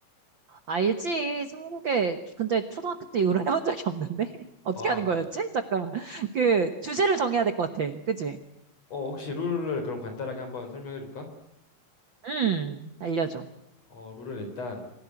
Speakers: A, on the right; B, on the left.
A: 알지. 스무고개. 근데 초등학교 때 이후로 <laughs> 해본 적이 없는데? <laughs> 어떻게
B: 아,
A: 하는 거였지? 잠깐만. 그, 주제를 정해야 될 것 같아. 그치?
B: 어, 혹시 룰을 그럼 간단하게 한번 설명해 줄까?
A: 음, 알려줘.
B: 어, 룰은 일단,